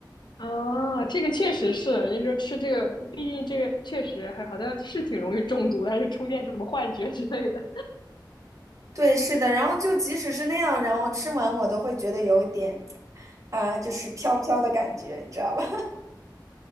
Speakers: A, on the left; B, on the right.
A: 啊 <laughs>。这个确实是，人家说吃这个，毕竟这个确实还好像是挺容易中毒的，还是出现什么幻觉之类的，
B: 对，是的，然后就即使是那样，然后吃完我都会觉得有一点啊、就是飘飘的感觉，你知道吧？